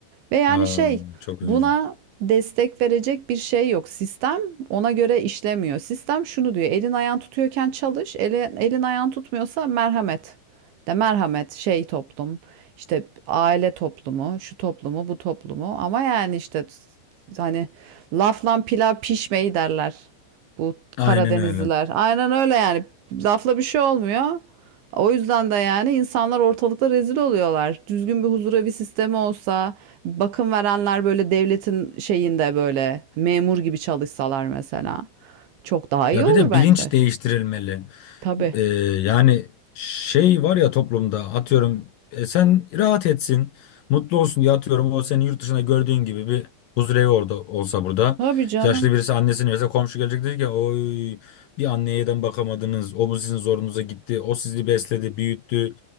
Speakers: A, on the right; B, on the left.
A: Ve yani
B: Aa,
A: şey
B: çok
A: buna
B: üzücü.
A: destek verecek bir şey yok. Sistem ona göre işlemiyor. Sistem şunu diyor. Elin ayağın tutuyorken çalış. Elin, elin ayağın tutmuyorsa merhamet. De merhamet şey toplum. işte aile toplumu, şu toplumu, bu toplumu. Ama yani işte hani lafla pilav pişmeyi derler. Bu Karadenizliler.
B: Aynen öyle.
A: Aynen öyle yani. Lafla bir şey olmuyor. O yüzden de yani insanlar ortalıkta rezil oluyorlar. Düzgün bir huzur evi sistemi olsa, Bakım verenler böyle devletin şeyinde böyle memur gibi çalışsalar mesela. Çok daha iyi
B: Ya
A: olur
B: bir de
A: bence.
B: bilinç değiştirilmeli.
A: Tabii.
B: Ee, yani şey var ya toplumda atıyorum e, sen rahat etsin, mutlu olsun diye atıyorum. O senin yurt dışında gördüğün gibi bir huzurevi orada olsa burada.
A: Tabii canım.
B: Yaşlı birisi annesini verse komşu gelecek diyecek ki oy bir anneye neden bakamadınız. O bu sizin zorunuza gitti. O sizi besledi, büyüttü.